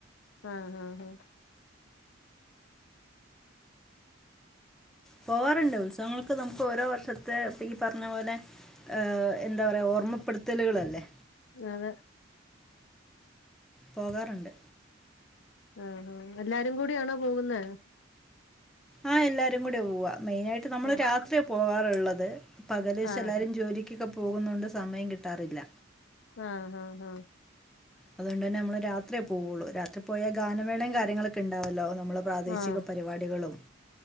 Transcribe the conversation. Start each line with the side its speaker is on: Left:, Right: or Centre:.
Left: ആഹ് ആഹ് ഹേ
Centre: പോവാറുണ്ട് ഉത്സവങ്ങളൊക്കെ നമുക്ക് ഓരോ വർഷത്തെ ഈ പറഞ്ഞ പോലെ- എന്താ പറയാ ഓർമ്മപ്പെടുത്തലുകളല്ലേ
Left: അതെ
Centre: പോകാറുണ്ട്
Left: ആഹ് ആഹ് എല്ലാരും കൂടിയാണോ പോകുന്നേ
Centre: ആഹ് എല്ലാരും കൂടിയാ പോവാ മെയിനായിട്ട് നമ്മള്
Left: ആഹ്
Centre: രാത്രിയാ പോവാറുള്ളത് പകല് പക്ഷെ
Left: ആഹ്
Centre: എല്ലാവരും ജോലിക്കൊക്കെ പോകുന്നോണ്ട് സമയം കിട്ടാറില്ല
Left: ആഹ് ആഹ് ആ ഹ്
Centre: അതുകൊണ്ട് തന്നെ നമ്മള് രാത്രിയെ പോകുള്ളൂ രാത്രി പോയാൽ ഗാനമേളയും കാര്യങ്ങളൊക്കെ ഉണ്ടാവല്ലോ നമ്മളുടെ പ്രാദേശിക
Left: ആഹ്
Centre: പരിപാടികളും-